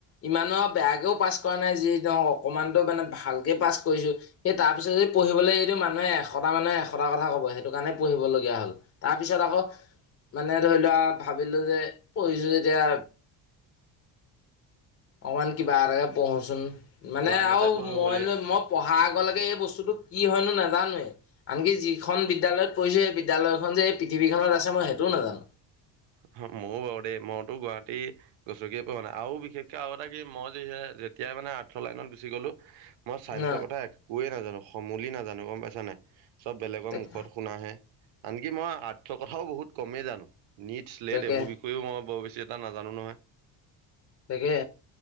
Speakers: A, on the left; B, on the right.
A: ইমানো আৰু বেয়াকেও পাছ কৰা নাই, যি ধৰক অকণমানতো মানে ভালকে পাছ কৰিছোঁ সেই তাৰ পিছত যদি পঢ়িবলৈ এইটো মানুহে এশটা মানুহে এশটা কথা কব সেইটো কাৰণে পঢ়িবলগীয়া হ'ল। তাৰপিছত আকৌ মানে ধৰি লোৱা ভাবিলো যে পঢ়িছো যেতিয়া অকমান কিবা এটাকে পঢ়োচোন মানে
B: লাইনতে
A: আৰু
B: পঢ়িব
A: মই
B: বুলি
A: লৈ মই পঢ়াৰ আগলৈকে এই বস্তুটো কি হয়নো নাজানোৱে? আনকি যিখন বিদ্যালয়ত পঢ়িছোঁ, সেই বিদ্যালয়খন যে এই পৃথিৱীখনত আছে মই সেইটো নাজানো।
B: হ ময়ো বাৰু দেই, মইতো গুৱাহাটী গছকিয়ে পঢ়োঁৱা নাই আৰু বিশেষকে আৰু এটা কি মই যিহে যেতিয়াই মানে আৰ্টছৰ লাইনত গুচি গ'লো। মই চাইন্সৰ
A: ন
B: কথা একোৱেই নাজানো, সমলি নাজানো গম পাইছা নাই? চব বেলেগৰ
A: তাকে
B: মুখত শুনাহে, আনকি মই আৰ্টছৰ কথাও বহুত কমে জানো, নিটছ, লেট
A: তাকে
B: এইবোৰ বিষ <unintelligible> মই বৰ বেছি এটা নাজানো নহয়।
A: তাকে,